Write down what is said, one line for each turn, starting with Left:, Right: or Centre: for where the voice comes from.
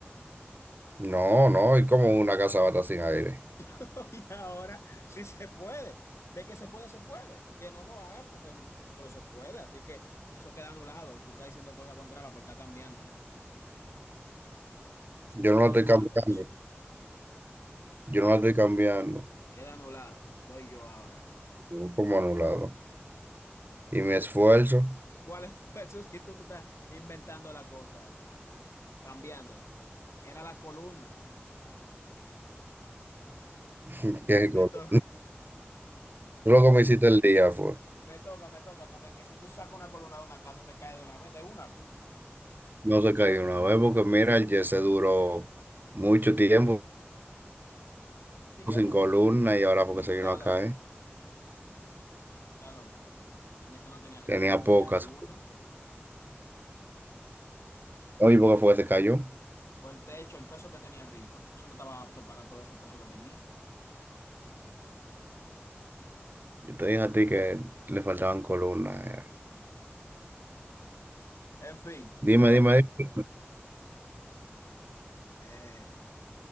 Right: No, no, y como una casa va a estar sin aire.
Left: <laughs> y ahora sí se puede. De que se puede, se puede. Que no lo haga, porque no- pero se puede. Así que eso queda anulado. Tú estás diciendo cosas contrarias por estar cambiándolo. Así
Right: Yo
Left: que
Right: no
Left: queda
Right: la estoy
Left: anulado
Right: cambiando,
Left: eso.
Right: yo no la estoy cambiando,
Left: Queda anulado. Voy yo ahora.
Right: Estoy como anulado. Y mi esfuerzo,
Left: ¿Cuál fue eso si tú te estás <laughs> inventando la cosa, eh? Cambiándola? Era la columna.
Right: <laughs> qué
Left: Me
Right: cosa.
Left: toca, <laughs>
Right: <laughs> lo que me hiciste el día fue,
Left: me toca, me toca, porque que si tú sacas una columna de una casa, se cae de una vez, de una vez.
Right: no se cayó una vez, porque mira, el se duró mucho tiempo
Left: Sin columna.
Right: sin columna y ahora porque se
Left: Tú estás
Right: vino a
Left: loco.
Right: caer.
Left: Está loco. El Yesa no tenía, el
Right: Tenía
Left: Yesa
Right: pocas.
Left: tenía columna.
Right: Oye, porque
Left: El te-
Right: fue que se cayó?
Left: por el techo, el peso que tenía arriba. Eso no estaba apto para todo ese peso que tenía.
Right: Yo te dije a ti que le faltaban columnas, era.
Left: En fin,
Right: Dime,
Left: me toca.
Right: dime, dime.
Left: Eh,